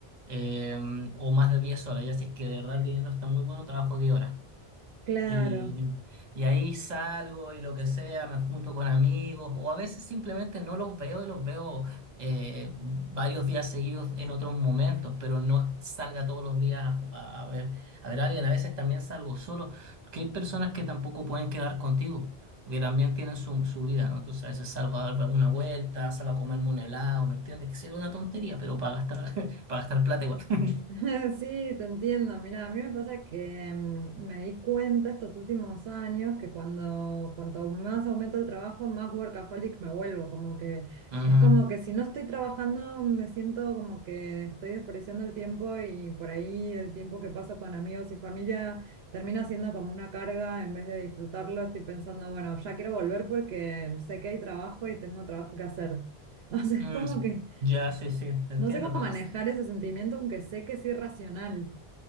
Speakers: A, on the right; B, on the right.
A: eh, o más de diez horas. Ya si es que de verdad el dinero está muy bueno, trabajo diez horas.
B: claro.
A: Y, y ahí salgo y lo que sea, me junto con amigos o a veces simplemente no los veo y los veo eh, varios días seguidos en otros momentos, pero no es que salga todos los días a, a ver, a ver a alguien. A veces también salgo solo, porque hay personas que tampoco pueden quedar contigo, porque también tienen su, su vida, ¿no? Entonces a veces salgo a dar una vuelta, salgo a comerme un helado, ¿me entiendes? Que sea una tontería, pero para gastar, <laughs> para gastar plata igual. <laughs>
B: <laughs> Sí, te entiendo. Mira, a mí me pasa que mm, me di cuenta estos últimos años que cuando cuanto más aumenta el trabajo, más workaholic me vuelvo. Como que
A: Ujú.
B: es como que si no estoy trabajando, me siento como que estoy desperdiciando el tiempo y por ahí el tiempo que paso con amigos y familia termina siendo como una carga en vez de disfrutarlo. Estoy pensando, bueno, ya quiero volver porque sé que hay trabajo y tengo trabajo que hacer. <laughs> O sea,
A: Mm,
B: es como que
A: ya, sí, sí, te entiendo.
B: no sé cómo
A: Mira,
B: manejar ese sentimiento, aunque sé que es irracional.